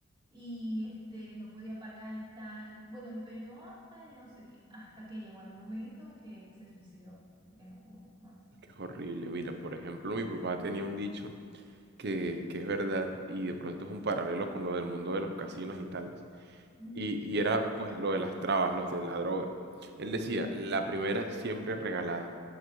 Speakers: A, on the right; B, on the right.
A: y este, no podía pagar y tal. Bueno, empeñó hasta yo no sé qué, hasta que llegó el momento que se suicidó, porque no pudo más.
B: que es horrible. Mira, por ejemplo, mi papá tenía un dicho que, que es verdad y de pronto es un paralelo con lo del mundo de los casinos y tales.
A: Ujú,
B: Y, y era pues lo de las trabas, los de la droga. Él decía,
A: ujú.
B: la primera siempre es regalada,